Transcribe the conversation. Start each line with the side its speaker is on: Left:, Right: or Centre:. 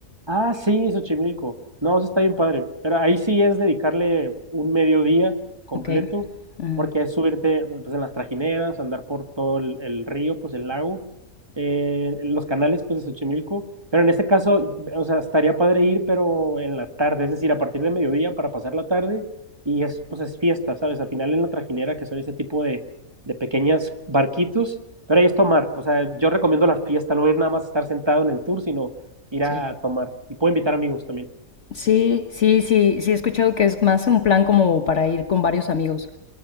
Right: Ah, sí, Xochimilco. No, eso está bien padre. Pero ahí sí es dedicarle un mediodía completo,
Left: Ok. Ujú.
Right: porque es subirte pues, en las trajineras, andar por todo el, el río, pues el lago, eh, los canales pues de Xochimilco. Pero en este caso, o sea, estaría padre ir, pero en la tarde, es decir, a partir de mediodía para pasar la tarde y es pues es fiesta, ¿sabes? Al final en la trajinera, que son ese tipo de, de pequeñas barquitos, pero ahí es tomar. O sea, yo recomiendo la fiesta, no ir nada más a estar sentado en el tour, sino ir
Left: Sí.
Right: a tomar. Y puedo invitar amigos también.
Left: Sí, sí, sí, sí he escuchado que es más un plan como para ir con varios amigos.